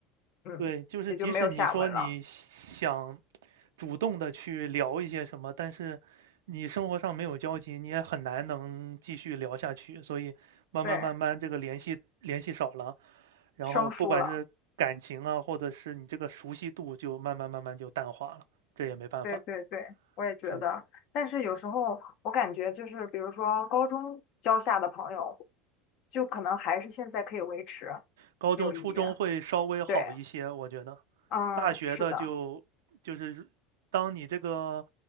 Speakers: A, on the left (about 55°); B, on the right (about 75°).
A: 嗯也就没有下文了，
B: 对，就是即使你说你想主动的去聊一些什么，但是你生活上没有交集，你也很难能继续聊下去。所以慢慢慢慢，
A: 对，
B: 这个联系联系少了，然后不管是感情啊，
A: 生疏了，
B: 或者是你这个熟悉度，就慢慢慢慢就淡化了。这也没办法，
A: 对对对，我也觉得。
B: 是的。
A: 但是有时候我感觉就是，比如说高中交下的朋友，就可能还是现在可以维持
B: 高中、
A: 友谊，
B: 初中会稍微好一些，
A: 对，
B: 我觉得。
A: 嗯，
B: 大学的就就是当你这个
A: 是的，